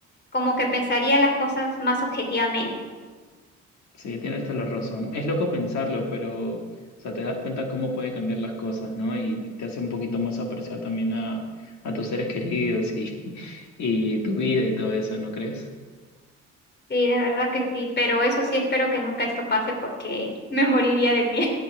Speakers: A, on the left; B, on the left.
A: como que pensaría las cosas más objetivamente.
B: Sí, tienes toda la razón. Es loco pensarlo, pero, o sea, te das cuenta cómo puede cambiar las cosas, ¿no? Y te hace un poquito más apreciar también a, a tus seres queridos y, <laughs> y tu vida y todo eso, ¿no crees?
A: Sí, de verdad que sí, pero eso sí espero que nunca esto pase porque <laughs> me moriría de miedo.